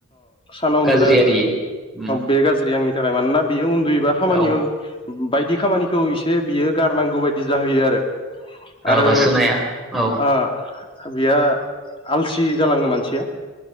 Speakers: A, on the left (about 25°); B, in the centre.
A: साना
B: गाज्रि
A: उन्दुनाय
B: आरो इयो उम
A: बे गाज्रि आंनि थाखाय मानोना बेयो उन्दुयोबा खामानियाव
B: औ
A: बायदि खामानिखौ इसे बियो गारनांगौ बायदि जाहैयो आरो आरो
B: होसोनाया औ
A: अओ बेहा आलसि जालांङो मानसिया